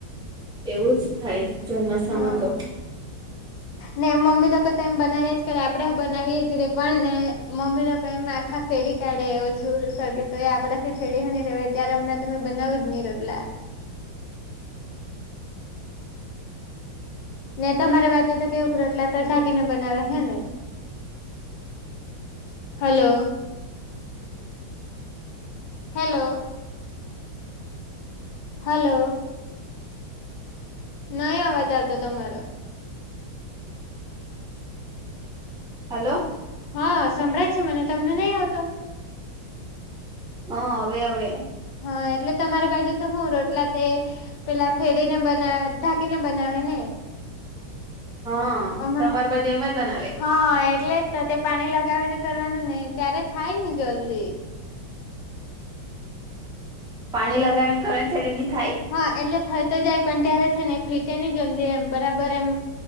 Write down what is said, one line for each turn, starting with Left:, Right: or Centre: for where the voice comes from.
Centre: એવું જ થાય ચોમાસામાં
Left: હા
Centre: તો
Left: ને મમ્મી તો લોકો તો એમ બનાવી્યા જ કરે આપડે હૌ બનાવીએે જ રે પણ ને મમ્મી લોકો એમ આખા ફેડી કાઢે એવું ઓછું સળગે તો એ આપડે ફેડવાની રહેવાય ત્યારે હમણાં તો મે બનાવું જ ની રોટલા ને તમારી બાજુ તો કેવું રોટલા તો ઢાકીને બનાવે હે ને હલો. હેલો. હલો. નઈ અવાજ આવતો તમારો
Centre: હલો.
Left: હા સંભળાય છે મને તમને નહીં આવતો
Centre: હા હવે હવે
Left: હા એટલે તમારી બાજુ તો હું રોટલા તે પેલા ફેડી ને બનાવે, ઢાકીને બનાવે ને.
Centre: હા
Left: અમાર
Centre: તમારી બાજુ એમ જ બનાવે
Left: હા હા એટલે જતો તે પાણી લગાવી ને કરવાનું ને ત્યારે થાય ની જલ્દી.
Centre: પાણી લગાવીને કરવાનું ત્યારે નહી થાય?
Left: હા એટલે થઈ તો જાય પણ ત્યારે છે ને ફીટે નહીં જલ્દી એમ બરાબર એમ